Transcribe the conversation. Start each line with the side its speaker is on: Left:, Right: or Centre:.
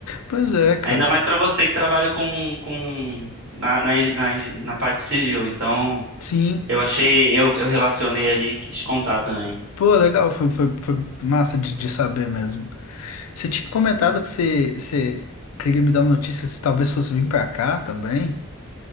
Left: Pois é, cara.
Right: Ainda mais para você que trabalha com, com na, na, eng- na eng- na parte civil. Então,
Left: Sim.
Right: eu achei, eu, eu relacionei ali e quis contar também.
Left: Pô, legal, foi, foi, foi massa de, de saber mesmo. Você tinha comentado que você, você queria me dar uma notícia se talvez fosse vir pra cá também.